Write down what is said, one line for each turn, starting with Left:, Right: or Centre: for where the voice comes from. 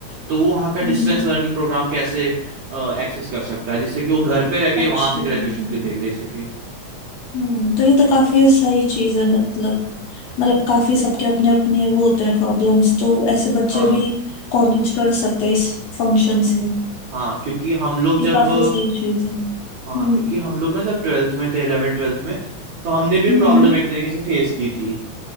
Right: तो वो वहाँ का
Left: हम्म,
Right: डिस्टेंस लर्निंग प्रोग्राम कैसे एक्सेस कर सकता है जिससे कि वो घर पे रह के
Left: अच्छा
Right: वहाँ से ग्रेजुएशन दे ले सके
Left: हम्म, तो ये तो काफी सही चीज है मतलब मतलब काफी सबके अपने अपने वो होते हैं प्रॉब्लम्स तो ऐसे बच्चे
Right: हाँ
Left: भी कॉलेज कर सकते हैं इस फंक्शन से
Right: हाँ क्योंकि हम लोग
Left: ये
Right: जब
Left: काफी सही चीज है हम्म
Right: हाँ क्योंकि हम लोग ना जब ट्वेल्थ में थे इलेवन ट्वेल्थ में तो हमने भी
Left: हम्म,
Right: प्रॉब्लम एक तरीके से फेस की थी